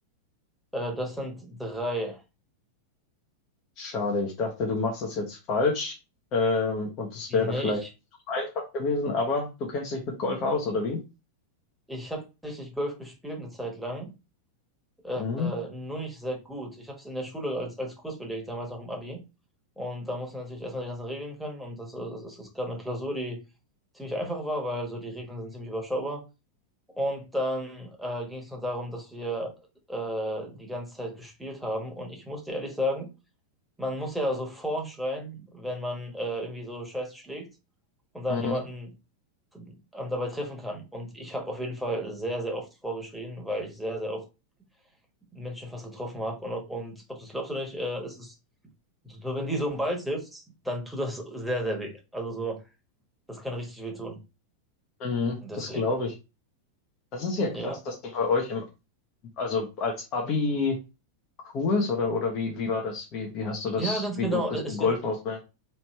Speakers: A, in the centre; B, on the left.
A: Äh, das sind drei.
B: Schade, ich dachte, du machst das jetzt falsch. Ähm, und es
A: Nee,
B: wäre vielleicht
A: ich,
B: zu einfach gewesen, aber du kennst dich mit Golf aus, oder wie?
A: ich habe tatsächlich Golf gespielt eine Zeit lang, äh,
B: Mhm,
A: nur nicht sehr gut. Ich habe es in der Schule als, als Kurs belegt, damals noch im Abi. Und da musste natürlich erstmal die ganzen Regeln können. Und das, das, das, es gab eine Klausur, die ziemlich einfach war, weil so die Regeln sind ziemlich überschaubar. Und dann äh, ging es nur darum, dass wir äh, die ganze Zeit gespielt haben. Und ich muss dir ehrlich sagen, man muss ja so vorschreien, wenn man äh, irgendwie so Scheiße schlägt und dann
B: mhm,
A: jemanden ähm, dabei treffen kann. Und ich habe auf jeden Fall sehr, sehr oft vorgeschrien, weil ich sehr, sehr oft Menschen fast getroffen habe. Und, und ob du es glaubst oder nicht, äh, es ist, so, wenn die so einen Ball trifft, dann tut das sehr, sehr weh. Also so, das kann richtig weh tun.
B: mhm,
A: Deswegen,
B: das glaube ich. Das ist ja krass,
A: ja.
B: dass du bei euch im, also als Abi-Kurs oder, oder wie, wie war das? Wie, wie hast du das,
A: Ja, ganz
B: wie
A: genau.
B: durftest
A: Es,
B: du Golf
A: es,
B: auswählen?